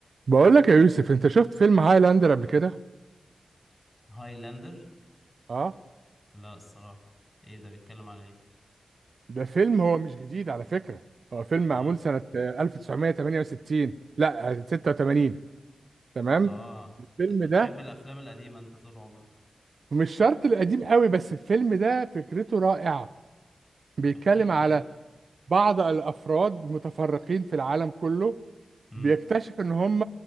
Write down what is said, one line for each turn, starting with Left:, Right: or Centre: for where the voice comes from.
Right: بقول لك يا يوسف انت شفت فيلم هايلاندر قبل كده
Left: هايلاندر
Right: اه
Left: لا الصراحة ايه ده بيتكلم على ايه
Right: ده فيلم هو مش جديد على فكرة هو فيلم معمول
Left: اه
Right: سنة آه، 1968 لا آه، 86 تمام
Left: اه
Right: الفيلم
Left: انت بتحب
Right: ده
Left: الافلام القديمة انت طول عمرك
Right: مش شرط القديم قوي بس الفيلم ده فكرته رائعة بيتكلم
Left: طب احكي لي
Right: على
Left: طيب
Right: بعض الافراد متفرقين في العالم كله
Left: امم
Right: بيكتشف ان هم